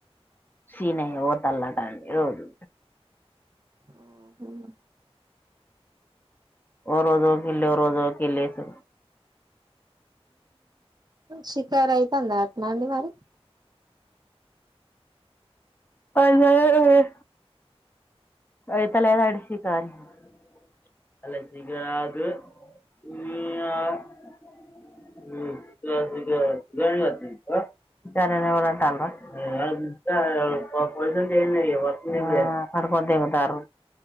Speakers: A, on the left; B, on the right.
A: సీనయ్యా వోతల్లాట రోజు
B: ఉ హు హు
A: ఓ రోజ్ ఒకిళ్లు రోజో ఒకిళ్లు ఏస్
B: శికారయితందా అట్ నాండి మరి
A: పైసల్ ఏడున్నయి పైసల్ ఏడాషి <unintelligible> సారు